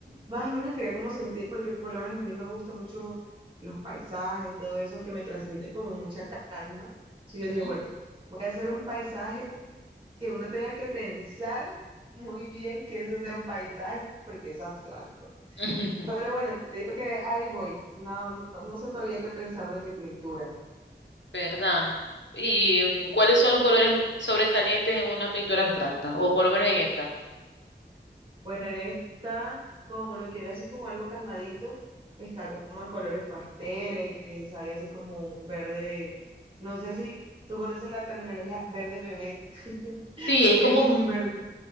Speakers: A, on the right; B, on the left.
A: más o menos quería como sentir, porque por lo menos a mí me gustan mucho los paisajes, todo eso, que me transmite como mucha calma. Sí, yo
B: Ujú.
A: dije, bueno, voy a hacer un paisaje que uno tenga que pensar muy bien que eso sea un paisaje, porque es abstracto.
B: <laughs>
A: Pero bueno, te digo que ahí voy. No, no, no sé todavía qué pensar de mi pintura.
B: ¿Verdad? ¿Y mm, cuáles son los colores sobresalientes en una pintura abstracta, o por lo menos en esta?
A: Bueno, en esta, como lo quiero así como algo calmadito, está como en colores pasteles, hay así como un verde, no sé si tú conoces la terminología verde bebé, <laughs>
B: Sí, es
A: que
B: como
A: es
B: un
A: un verde,